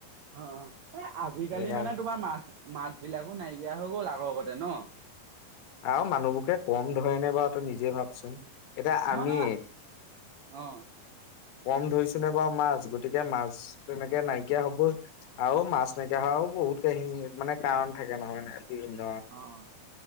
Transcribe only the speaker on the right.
অ অ এ আজিকালি
মানে তোমাৰ মাছ মাছ বিলাকো নাইকিয়া হৈ গল আগৰ গতে ন?
আৰু ন অ
অহ